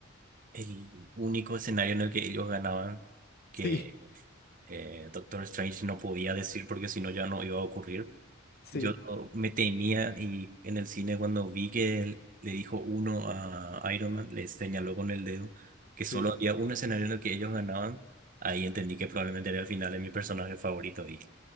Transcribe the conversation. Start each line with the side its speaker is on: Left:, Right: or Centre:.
Right: el único escenario en el que ellos ganaban, que
Left: Sí,
Right: eh, Doctor Strange no podía decir porque si no ya no iba a ocurrir.
Left: sí,
Right: Yo lo- me temía y en el cine cuando vi que él le dijo uno a Iron Man, le señaló con el dedo que solo
Left: sí.
Right: había un escenario en el que ellos ganaban, ahí entendí que probablemente era el final de mi personaje favorito y,